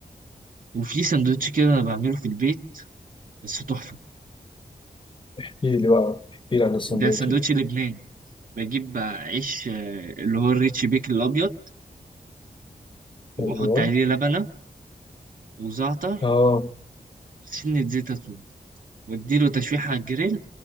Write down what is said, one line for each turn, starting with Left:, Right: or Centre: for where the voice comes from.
Right: وفي سندوتش كده انا بعمله في البيت بس تحفه
Left: احكي لي بقى احكي لي عن السندوتش
Right: ده سندوتش
Left: ده
Right: لبنان بجيب بقى عيش آه، اللي هو الريتش بيكن الأبيض وبحط
Left: ايوه
Right: عليه لبنة وزعتر
Left: اه
Right: سنة زيت زيتون واديله تشويحة على الجريل